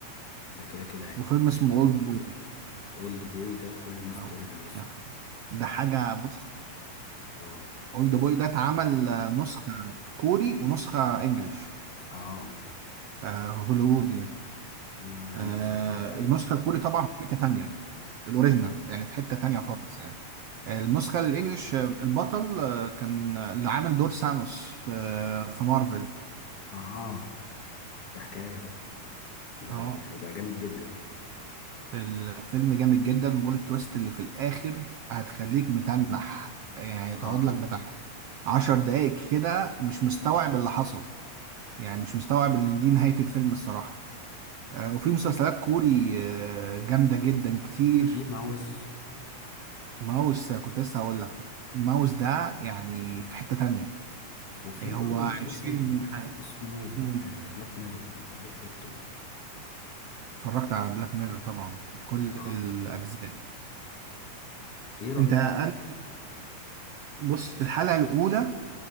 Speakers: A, on the left; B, on the right.
A: ده كده كده يعني
B: وفيلم اسمه اولد بوي
A: اولد بوي ده كل الناس
B: أهو،
A: بتقول لي عليه الصراحه
B: يعني ده حاجه بص
A: اه
B: اولد بوي ده اتعمل آه، نسخه كوري ونسخه انجليش
A: اه
B: آه، هوليوود يعني
A: ما
B: آه،
A: نفسي اتفرج عليه
B: النسخة الكوري طبعا في حتة تانية الأوريجينال
A: بالظبط
B: يعني في حتة تانية خالص يعني آه، النسخة الإنجليش آه، البطل آه، كان اللي عامل دور سانوس في آه، في مارفل
A: اه ده حكايه ده ده
B: اه
A: ده هيبقى جامد جدا
B: الفيلم جامد جدا وبول التويست اللي في الآخر هتخليك متنح يعني
A: اه
B: تقعد لك بتاع عشر دقايق كده مش مستوعب اللي حصل يعني مش مستوعب إن دي نهاية الفيلم الصراحة آه، وفي مسلسلات كوري آه، جامدة جدا كتير
A: في ماوس
B: ماوس كنت لسه هقول لك ماوس ده يعني في حتة تانية
A: وفي
B: إيه
A: برضه
B: هو
A: مسلسل
B: 20
A: جديد
B: حلقة
A: اسمه
B: مم.
A: بلاك ميرور مش عارف شفته ولا لا
B: اتفرجت على بلاك ميرور طبعا كل
A: اه
B: الأجزاء
A: ايه رايك
B: انت أنا-
A: فيه
B: بص الحلقة الأولى